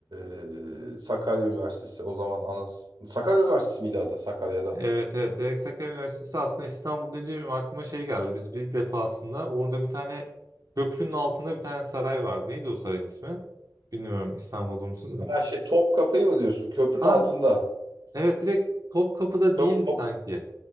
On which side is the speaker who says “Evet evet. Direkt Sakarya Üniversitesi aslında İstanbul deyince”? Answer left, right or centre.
Right